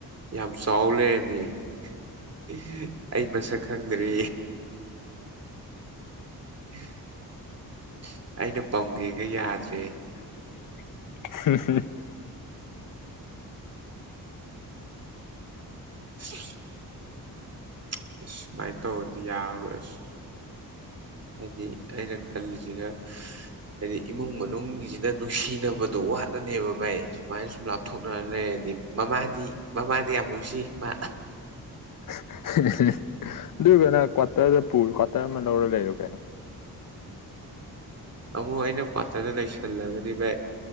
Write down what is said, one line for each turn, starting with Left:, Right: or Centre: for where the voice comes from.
Right: ꯌꯥꯝ ꯆꯥꯎ ꯂꯩꯔꯝꯃꯦ <unintelligible> ꯑꯩ ꯃꯁꯛ ꯈꯪꯗ꯭ꯔꯦ <unintelligible> ꯑꯩꯅ ꯄꯥꯝꯒꯦꯒ ꯌꯥꯗ꯭ꯔꯦ
Left: <unintelligible>
Right: <unintelligible> <unintelligible> ꯁꯨꯃꯥꯏꯅ ꯇꯧꯔꯗꯤ ꯌꯥꯔꯔꯣꯏ <unintelligible> ꯍꯥꯏꯗꯤ ꯑꯩꯅ ꯈꯜꯂꯤꯁꯤꯒ ꯍꯥꯏꯗꯤ ꯏꯃꯨꯡ ꯃꯅꯨꯡꯒꯤꯖꯤꯗ ꯅꯨꯡꯁꯤꯅꯕ ꯑꯗꯨ ꯋꯥꯠꯂꯅꯦꯕ ꯚꯥꯏ ꯁꯨꯃꯥꯏ ꯁꯨꯝ ꯂꯞꯊꯣꯛꯅꯔ ꯂꯩꯔꯗꯤ ꯃꯃꯥꯗꯤ ꯃꯃꯥꯗꯤ ꯌꯥꯝ ꯅꯨꯡꯁꯤ ꯃꯥ
Left: <unintelligible> ꯑꯗꯨ ꯑꫭꯏꯔꯒꯅ ꯀꯨꯠꯇ꯭ꯔꯗ ꯄꯨꯔꫭ ꯀꯨꯠꯇ꯭ꯔ ꯀ꯭ꯋꯥꯇꯔ ꯑꯃꯥ ꯂꯧꯔ ꯂꯩꯔꫭ ꯀꯩꯅꯣ
Right: ꯑꯃꯨꯛ ꯑꯩꯅ ꯀ꯭ꯋꯥꯇꯔꯗ ꯂꯩꯁꯜꯂꯒꯗꯤ ꯚꯥꯏ